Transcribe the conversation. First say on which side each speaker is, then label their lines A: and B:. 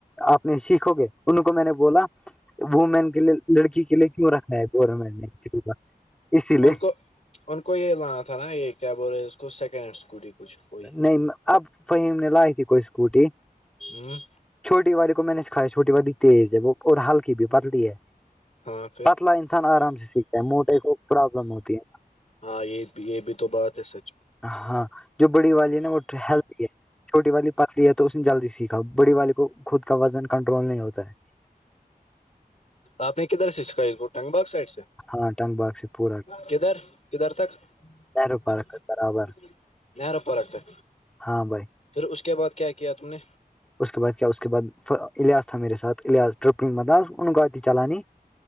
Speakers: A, in the centre; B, on the left.
A: آپ نے سیکھو گے ان کو میں نے بولا وومین کے لیے لڑکی کے لیے کیوں رکھا ہے گورمنٹ نےا اسی لیے
B: ان کو ان کو یہ لانا تھا نا یہ کیبول رہے اس کو سیکنڈ ہینڈ اسکوٹی کچھ کوئی
A: نہیں اب وہ نے لائی تھی کوئی اسکوٹی
B: ہ
A: چھوٹی والی کو میں نے سکھائییا چوٹی والی تیز ہے وہ اور ہلکی بھی پتلی ہے
B: ہاں پھر
A: پتلا انسان آرام سے سیکھتا ہیں موٹے کو پرابلم ہوتی ہے
B: ہاں یہ یہ بھی تو بات ہے سچ <unintelligible>
A: ہاں جو بڑی والی ہے نا وہٹل ہے چھوٹی والی پتلی ہے تو اس نے جلدی سیکھا بڑی والی کو خود کا وزن کنٹرول نہیں ہوتا ہے
B: آپ نے کدھر سے سکھاائی ٹگ باغ سائڈ سے
A: ہاں ٹنگ باغ سے پورا
B: کدھر کدھر تک
A: نہرو
B: <unintelligible>
A: پارک کے برابر
B: نہروں پارک ہے پھر
A: ہاں بھائی
B: اس کے بعد کیا کیا تم نے
A: اس کے بعد کیا اس کے بعد ایاس تھا میرے ساتھ ایاس ٹرپل مطلب ان کو آتی چلانی